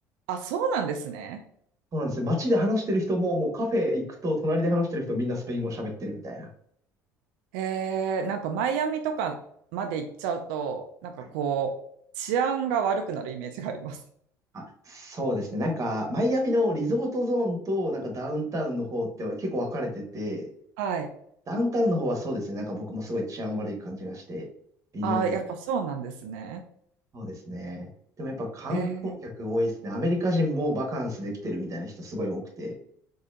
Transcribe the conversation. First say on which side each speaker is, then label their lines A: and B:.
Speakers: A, on the right (about 60°); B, on the right (about 35°).
A: あ、そうなんですね。
B: <laughs> そうなんですね。街で話してる人も、もうカフェ行くと、隣で話してる人みんなスペイン語喋ってるみたいな。
A: えー、なんかマイアミとかまで行っちゃうと、なんかこう、
B: はい。
A: 治安が悪くなるイメージがあります。
B: あ、そうですね。なんか、マイアミのリゾートゾーンと、なんかダウンタウンの方って結構分かれてて、
A: はい。
B: ダウンタウンの方はそうですね。なんか僕もすごい治安悪い感じがして、微妙でした。
A: ああ、やっぱそうなんですね。
B: そうですね。でもやっぱ観光客多いですね。
A: えー
B: アメリカ人もバカンスで来てるみたいな人すごい多くて。